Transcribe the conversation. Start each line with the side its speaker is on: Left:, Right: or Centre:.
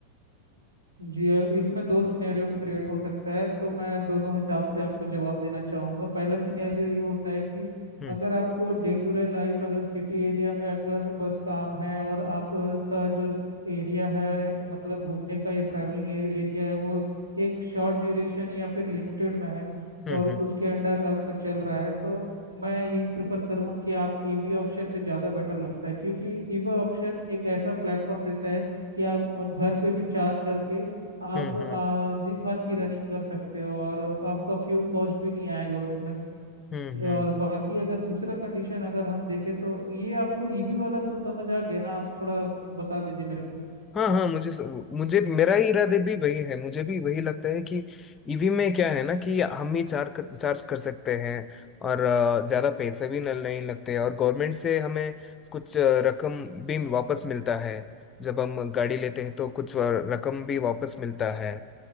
Right: जी अ, इसमें दो सिनेरियो क्रिएट हो सकता है तो मैं दोनों हिसाब से आपको जवाब देना चाहूँगा पहला सिनेरियो ये होता है कि
Left: हम्म
Right: अगर आपको डे टू डे लाइफ अगर सिटी एरिया में अगर बस काम है और आपका जो एरिया है मतलब घूमने का या ट्रैवलिंग एरिया है वो एक शॉर्ट ड्यूरेशन या फिर लिमिटेड में है
Left: हम्म
Right: और
Left: हम्म
Right: उसके अंडर आपका चल रहा है तो मैं यही प्रेफर करूँगा कि आप ईवी ऑप्शन में ज़्यादा बेटर लगता है क्योंकि ईवी ऑप्शन एक ऐसा प्लेटफॉर्म देता है कि आप अ, घर पे भी चार्ज करके आप
Left: हम्म
Right: आ, दिन भर की रनिंग कर सकते हो और आपका फ्यूल कॉस्ट भी नहीं आएगा उसमें
Left: हम्म हम्म
Right: और
Left: हम्म
Right: बाकी अगर दूसरा कंडीशन अगर हम देखें तो ये आपको ईवी वाला तो समझ आ गया ना आप थोड़ा बता दीजिए मेरे को
Left: हाँ हाँ मुझे मुझे मेरा ही इरादे भी वही है मुझे भी वही लगता है कि ईवी में क्या है ना कि हम ही चार कर, चार्ज कर सकते हैं और अ, ज्यादा पैसे भी न- नहीं लगते और गवर्नमेंट से हमें कुछ अ, रकम भी वापस मिलता है जब हम गाड़ी लेते हैं तो कुछ अ, रकम भी वापस मिलता है